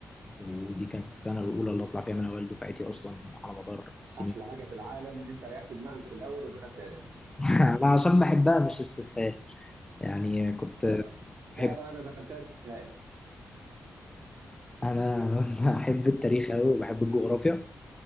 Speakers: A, on the left (about 20°); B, on the right (about 80°).
A: ودي كانت السنه الاولى اللي اطلع فيها من اوائل دفعتي اصلا على مدار سنين
B: احلى حاجه في العالم ان انت ريحت دماغك في الاول ودخلت ادبي
A: <laughs> لا عشان بحبها مش استسهال يعني كنت
B: اه لا
A: بحب
B: لا انا دخلتها استسهال
A: انا <laughs> بحب التاريخ قوي وبحب الجغرافيا